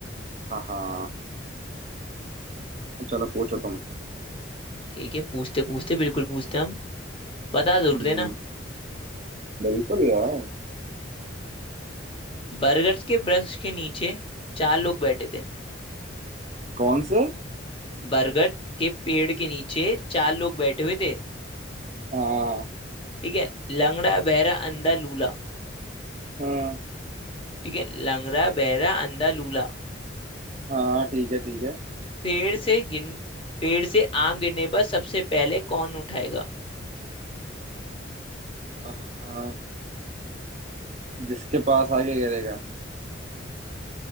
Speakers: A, on the right (about 35°); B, on the left (about 30°).
A: हाँ हाँ चलो पूछो तुम
B: ठीक है पूछते पूछते बिल्कुल पूछते हम बता जरूर
A: हम्म
B: देना
A: बिल्कुल यार
B: बरगद के वृक्ष के नीचे चार लोग बैठे थे
A: कौन से
B: बरगद के पेड़ के नीचे चार लोग बैठे हुए थे
A: हाँ
B: ठीक है लंगड़ा बहरा अंधा लूला
A: हाँ
B: ठीक है लंगड़ा बहरा अंधा लूला
A: हाँ ठीक है ठीक है
B: पेड़ से गिन पेड़ से आम गिरने पर सबसे पहले कौन उठाएगा
A: आ, जिसके पास आगे गिरेगा